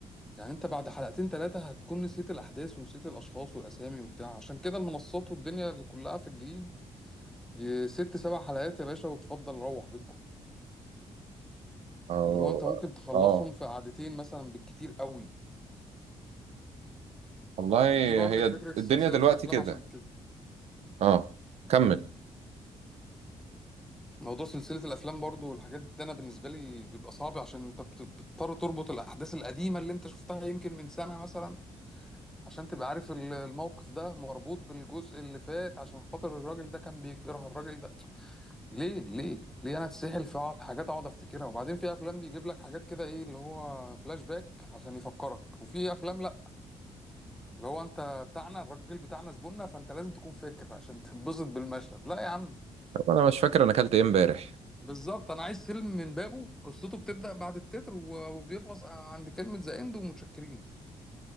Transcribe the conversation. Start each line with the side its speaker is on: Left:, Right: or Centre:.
Centre: يعني انت بعد حلقتين ثلاثه هتكون نسيت الاحداث ونسيت الاشخاص والاسامي وبتاع عشان كده المنصات والدنيا اللي كلها في الجديد إيه، ست سبع حلقات يا باشا وتفضل روح بيتكم
Right: اه
Centre: اللي هو انت ممكن
Right: <laughs>
Centre: تخلصهم
Right: اه
Centre: في قعدتين مثلا بالكتير قوي فدي
Right: والله
Centre: برضه
Right: هي
Centre: فكرة سلسلة
Right: الدنيا دلوقتي
Centre: الأفلام
Right: كده
Centre: عشان كده
Right: اه كمل
Centre: موضوع سلسلة الأفلام برضه والحاجات دي أنا بالنسبة لي بيبقى صعب عشان أنت بت- بتضطر تربط الأحداث القديمة اللي أنت شفتها يمكن من سنة مثلا عشان تبقى عارف ال- الموقف ده مربوط بالجزء اللي فات عشان خاطر الراجل ده كان بيكره الراجل ده ليه ليه ليه أنا أتسحل في أقعد حاجات أقعد أفتكرها وبعدين في أفلام بيجيب لك حاجات كده إيه اللي هو فلاش باك عشان يفكرك وفي أفلام لأ اللي هو أنت بتاعنا الراجل بتاعنا زبوننا فأنت لازم تكون فاكر عشان تتبسط بالمشهد لا يا عم
Right: طب انا مش فاكر انا اكلت ايه امبارح
Centre: بالظبط انا عايز فيلم من بابه قصته بتبدأ بعد التتر و- وبيخلص عند كلمة ذا اند ومتشكرين